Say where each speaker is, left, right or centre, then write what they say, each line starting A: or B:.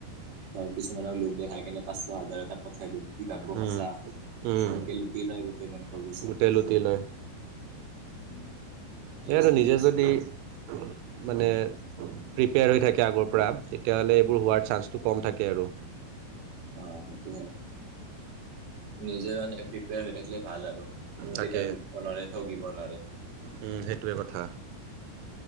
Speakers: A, on the right; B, on the right.
A: ত কিছুমানক লোক দেখাই কেনে পাঁচশ হাজাৰ এটা পঠাই দিল। কি ভাবব সঁচা
B: উম উম
A: সংকে লুটিয় লয় গোটেই বেংকৰ পইচা।
B: গোটেই লুটি লয়
A: উম সেয়ে
B: সেই আৰু
A: চলি
B: নিজে
A: আছে
B: যদি মানে প্ৰিপেয়াৰ হৈ থাকে আগৰ পৰা তেতিয়াহ'লে এইবোৰ হোৱাৰ চা্সটো কম থাকে আৰু।
A: অ' সেইটোয়ে, নিজে মানে প্ৰিপেয়াৰ হৈ থাকিলে ভাল আৰু। কোনোধিকাল
B: তাকে
A: লুটিব নোৱাৰে ঠগিব নোৱাৰে।
B: উম সেইটোৱে কথা